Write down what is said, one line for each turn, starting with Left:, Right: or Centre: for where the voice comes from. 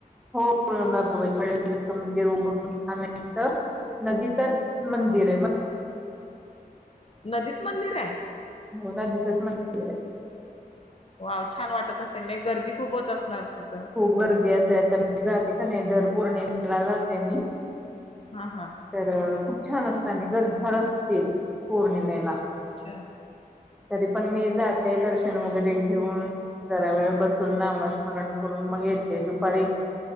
Centre: हो ब नरसोबाच्या वाडीत म्हणजे उगम स्थान आहे तिथं नदीत तिथंच
Left: हा
Centre: मंदिर आहे म <inaudible>
Left: नदीत मंदिराय
Centre: हो नदीतच मंदिराय
Left: वाव छान वाटत असेल नाही गर्दी खूप होत असणार तिथं
Centre: खूप गर्दी असते आता मी जाते का नाही दर पौर्णिमेला जाते मी
Left: हा हा
Centre: तर खूप छान असतना गर्दी फार असते पौर्णिमेला
Left: च
Centre: तरी पण मी जात ते दर्शन वगैरे घेऊन जरा वेळ बसून नामस्मरण करून मग येते दुपारी